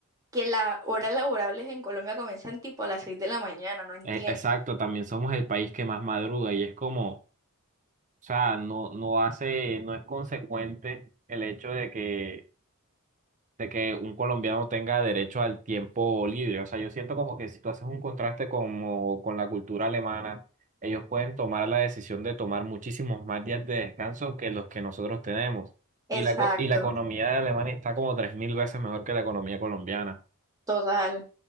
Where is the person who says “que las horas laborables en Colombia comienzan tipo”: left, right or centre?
Right